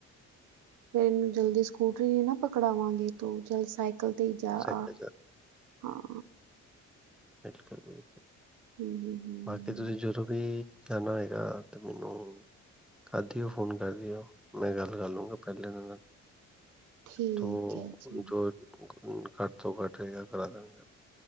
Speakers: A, on the right; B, in the centre.
A: ਫੇਰ ਇਹਨੂੰ ਜਲਦੀ ਸਕੂਟਰੀ ਨਾ ਪਕੜਾਵਾਂਗੇ ਤੂੰ ਚਲ ਸਾਈਕਲ ਤੇ ਹੀ ਜਾ
B: ਸੈਕਟਰ
A: ਆ ਹਾਂ
B: ਬਿਲਕੁੱਲ
A: ਹੂੰ-ਹੂੰ-ਹੂੰ-ਹੂੰ-ਹੂੰ।
B: ਬਾਕੀ ਤੁਸੀਂ ਜ਼ਰੂਰੀ ਜਾਣਾ ਹੋਏਗਾ ਤੇ ਮੈਨੂੰ ਕਰ ਦਿਓ ਫੋਨ ਕਰ ਦਿਓ ਮੈਂ ਗੱਲ ਕਰ ਲੂੰਗਾ ਪਹਿਲਾਂ ਇਹਨਾਂ ਨਾਲ
A: ਠੀਕ
B: ਤੋ
A: ਹੈ ਜੀ,
B: ਜੋ ਘੱਟ ਤੋਂ ਘੱਟ ਹੈਗਾ ਕਰਾ ਦਾਂਗੇ